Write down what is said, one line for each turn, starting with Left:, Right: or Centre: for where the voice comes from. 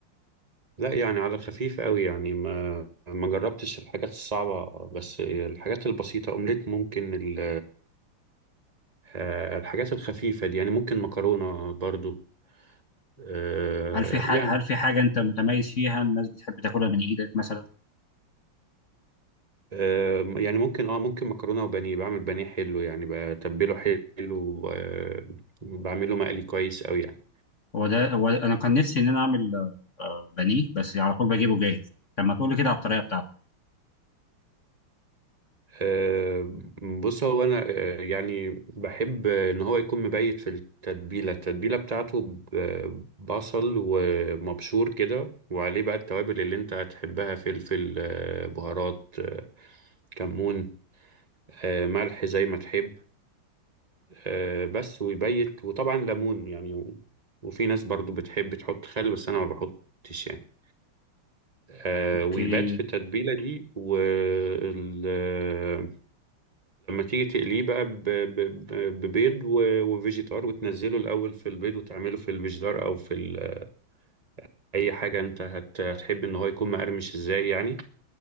Right: لا يعني على خفيف قوي يعني ما ما جربتش الحاجات الصعبه بس الحاجات البسيطه اومليت ممكن ال آه، الحاجات الخفيفة دي يعني ممكن مكرونة برضو آه،
Left: هل في حاجه
Right: يعني
Left: هل في حاجه انت متميز فيها الناس بتحب تاكلها من ايدك مثلا
Right: آه، يعني ممكن اه ممكن مكرونة وبانيه بعمل بانيه حلو يعني بتبله حلو وب- وبعمله مقلي كويس أوي يعني
Left: هو ده هو انا كان نفسي ان انا اعمل آه، بانيه بس على طول بجيبه جاهز طب ما تقول لي كده على الطريقه بتاعته
Right: آه، بص هو أنا آه، يعني بحب إن هو يكون مبيت في التتبيلة التتبيلة بتاعته ب- بصل ومبشور كده وعليه بقى التوابل اللي أنت هتحبها فلفل آه، بهارات آه، كمون آه، ملح زي ما تحب آه، بس ويبيت وطبعا ليمون يعني و- وفي ناس برضو بتحب تحط خل بس انا ما بحطش يعني آه،
Left: اوكي
Right: ويبات في التتبيله دي ولما تيجي تقليه بقى ب- ب- ب- ببيض و- وفيجيتار وتنزله الاول في البيض وتعمله في الفيجيتار او في ال- اي حاجه انت هت- هتحب ان هو يكون مقرمش ازاي يعني